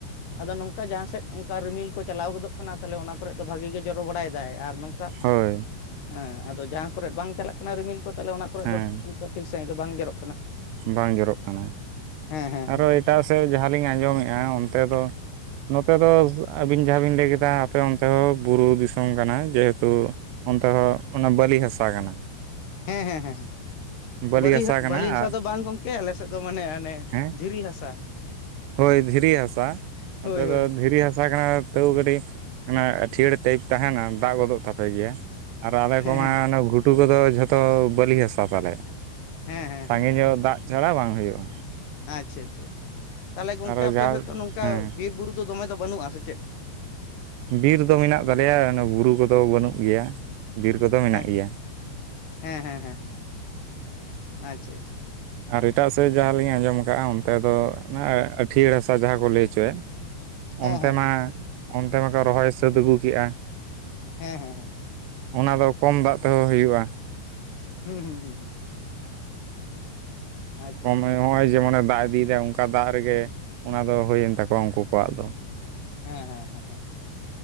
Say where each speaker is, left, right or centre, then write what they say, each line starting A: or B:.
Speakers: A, on the left; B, on the right.
A: ᱟᱫᱚ ᱱᱚᱝᱠᱟ ᱡᱟᱦᱟᱸ ᱥᱮᱫ ᱚᱝᱠᱟ ᱨᱤᱢᱤᱞ ᱠᱩ ᱪᱟᱞᱟᱣ ᱜᱚᱫᱚᱜ ᱠᱟᱱᱟ ᱛᱟᱦᱚᱞᱮ ᱚᱱᱟ ᱠᱚᱨᱮ ᱫᱚ ᱵᱷᱟᱜᱤ ᱜᱮ ᱡᱚᱨᱚ ᱵᱟᱲᱟᱭ ᱫᱟᱭ, ᱟᱨ ᱱᱚᱝ ᱛᱟ
B: ᱦᱳᱭ
A: ᱦᱮᱸ ᱟᱫᱚ ᱡᱟᱦᱟᱸ ᱠᱚᱨᱮ ᱵᱟᱝ ᱪᱟᱞᱟᱜ ᱠᱟᱱᱟ ᱨᱤᱢᱤᱞ ᱠᱚ ᱛᱟᱦᱚᱞᱮ ᱚᱱᱟ ᱠᱚᱨᱮ
B: ᱦᱮᱸ
A: ᱫᱚ ᱴᱷᱤᱠ ᱥᱟᱦᱤᱡ ᱫᱚ ᱵᱟᱝ ᱡᱚᱨᱚᱜ ᱠᱟᱱᱟ᱾
B: ᱵᱟᱝ ᱡᱚᱨᱚᱜ ᱠᱟᱱᱟ
A: ᱦᱮᱸ ᱦᱮᱸ
B: ᱟᱨᱚ
A: ᱦᱮᱸ
B: ᱮᱴᱟᱜ ᱥᱮᱫ ᱡᱟᱦᱟᱸᱞᱤᱧ ᱟᱸᱡᱚᱢᱮᱜ ᱦᱮᱸ ᱚᱱᱛᱮ ᱫᱚ, ᱱᱚᱛᱮ ᱫᱚ ᱟᱹᱵᱤᱱ ᱡᱟᱦᱟᱸ ᱵᱤᱱ ᱞᱟᱹᱭ ᱠᱮᱫᱟ ᱟᱯᱮ ᱚᱱᱛᱮ ᱦᱚᱸ ᱵᱩᱨᱩ ᱫᱤᱥᱚᱢ ᱠᱟᱱᱟ ᱡᱮᱦᱮᱛᱩ ᱚᱱᱛᱮ ᱦᱚᱸ ᱚᱱᱟ ᱵᱟᱹᱞᱤ ᱦᱟᱥᱟ ᱠᱟᱱᱟ᱾
A: ᱦᱮᱸ ᱦᱮᱸ ᱦᱮᱸ ᱦᱮᱸ᱾
B: ᱵᱟᱹᱞᱤ
A: ᱵᱟᱹᱨᱤ
B: ᱦᱟᱥᱟ ᱠᱟᱱᱟ
A: ᱵᱟᱹᱞᱤ ᱦᱟᱥᱟ
B: ᱟᱨ
A: ᱫᱚ ᱵᱟᱝ ᱜᱚᱝᱠᱮ ᱟᱞᱮ ᱥᱮᱫ ᱫᱚ ᱢᱟᱱᱮ ᱚᱱᱮ
B: ᱦᱮᱸ
A: ᱫᱷᱤᱨᱤ ᱦᱟᱥᱟ᱾
B: ᱦᱳᱭ ᱫᱷᱤᱨᱤ ᱦᱟᱥᱟ
A: ᱦᱳᱭ
B: ᱟᱯᱮ
A: ᱦᱳᱭ
B: ᱫᱚ ᱫᱷᱤᱨᱤ ᱦᱟᱥᱟ ᱠᱟᱱᱟ ᱛᱟᱹᱣ ᱠᱟᱹᱴᱤᱡ ᱚᱱᱟ ᱟᱹᱴᱷᱭᱟᱹᱲ ᱴᱟᱭᱤᱯᱤ ᱛᱟᱦᱮᱱᱟ ᱫᱟᱜ ᱜᱚᱫᱚᱜ ᱛᱟᱯᱮ ᱜᱮᱭᱟ᱾ ᱟᱨ ᱟᱞᱮ
A: ᱦᱮᱸ
B: ᱠᱚᱢᱟ ᱚᱱᱟ ᱜᱷᱩᱴᱩ ᱠᱚᱫᱚ ᱡᱷᱚᱛᱚ ᱵᱟᱹᱞᱤ ᱦᱟᱥᱟ ᱛᱟᱞᱮ᱾
A: ᱦᱮᱸ ᱦᱮᱸ᱾
B: ᱥᱟᱸᱜᱮ
A: ᱦᱮᱸ ᱦᱮᱸ
B: ᱧᱚᱜ ᱫᱟᱜ ᱪᱷᱟᱲᱟ ᱵᱟᱝ ᱦᱩᱭᱩᱜ-ᱟ ᱾
A: ᱟᱪᱪᱷᱟ ᱟᱪᱪᱷᱟ ᱛᱟᱦᱚᱞᱮ ᱜᱚᱝᱠᱮ
B: ᱟᱨᱚ
A: ᱟᱯᱮ
B: ᱡᱟᱦᱟᱸ
A: ᱥᱮᱫ ᱫᱚ ᱱᱚᱝᱠᱟ
B: ᱦᱮᱸ
A: ᱵᱤᱨ ᱵᱩᱨᱩ ᱫᱚ ᱫᱚᱢᱮ ᱫᱚ ᱵᱟᱹᱱᱩᱜ-ᱟ ᱥᱮ ᱪᱮᱫ?
B: ᱵᱤᱨ ᱫᱚ ᱢᱮᱱᱟᱜ ᱛᱟᱞᱮᱭᱟ ᱚᱱᱟ ᱵᱩᱨᱩ ᱠᱚᱫᱚ ᱵᱟᱹᱱᱩᱜ ᱜᱮᱭᱟ ᱵᱤᱨ ᱠᱚᱫᱚ ᱢᱮᱱᱟᱜ
A: ᱟᱪᱪᱷᱟ
B: ᱜᱮᱭᱟ ᱾
A: ᱦᱮᱸ ᱦᱮᱸ ᱦᱮᱸ ᱟᱪᱪᱷᱟ ᱟᱪᱪᱷᱟ
B: ᱟᱨ ᱮᱴᱟᱜ ᱥᱮᱫ ᱡᱟᱦᱟᱸ ᱞᱤᱧ ᱟᱸᱡᱚᱢ ᱠᱟᱜ-ᱟ ᱚᱱᱛᱮ ᱫᱚ ᱚᱱᱟ ᱟᱹᱴᱷᱭᱟᱹᱲ ᱦᱟᱥᱟ ᱡᱟᱦᱟᱸ ᱠᱚ ᱞᱟᱹᱭ ᱦᱚᱪᱭᱮᱫ᱾
A: ᱦᱮᱸ
B: ᱚᱱᱛᱮ
A: ᱦᱮᱸ
B: ᱢᱟ ᱚᱱᱛᱮ ᱢᱟᱠᱚ ᱨᱚᱦᱚᱭ ᱥᱟᱹᱛ ᱟᱹᱜᱩ ᱠᱮᱜ-ᱟ ᱾
A: ᱦᱮᱸ ᱦᱮᱸ ᱦᱮᱸ ᱾
B: ᱚᱱᱟ ᱫᱚ ᱠᱚᱢ ᱫᱟᱜ ᱛᱮᱦᱚᱸ ᱦᱩᱭᱩᱜ-ᱟ᱾
A: ᱦᱩᱸ ᱦᱩᱸ ᱦᱩᱸ ᱦᱩᱸ ᱾ ᱟᱪᱪᱷᱟ
B: ᱠᱚᱢ
A: ᱟᱪᱪᱷᱟ
B: ᱧᱚᱜ ᱦᱚᱸᱜ-ᱚᱭ ᱡᱮᱢᱚᱱᱮ ᱫᱟᱜ ᱤᱫᱤᱭᱮᱫᱟ ᱚᱝᱠᱟ ᱫᱟᱜ ᱨᱮᱜᱮ ᱚᱱᱟ ᱫᱚ ᱦᱩᱭᱮᱱ ᱛᱟᱠᱚᱣᱟ ᱩᱝᱠᱩ ᱠᱚᱣᱟᱜ ᱫᱚ ᱾
A: ᱦᱮᱸ ᱦᱮᱸ ᱦᱮᱸ ᱦᱮᱸ᱾